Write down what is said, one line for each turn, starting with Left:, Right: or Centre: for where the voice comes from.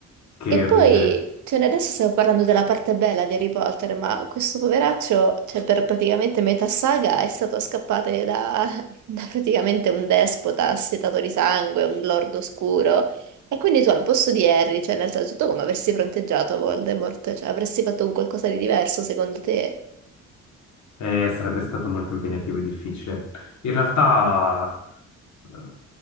Left: che
Right: E poi,
Left: ridere.
Right: cioè, noi adesso stiamo parlando della parte bella di Harry Potter, ma questo poveraccio, cioè, per praticamente metà saga è stato scappato da, <laughs> da praticamente un despota assetato di sangue, un lord oscuro. E quindi tu al posto di Harry, cioè, nel senso, tu come avresti fronteggiato Voldemort? Cioè, avresti fatto un qualcosa di diverso, secondo te?
Left: Eh, sarebbe stato molto impegnativo e difficile. In realtà, eh,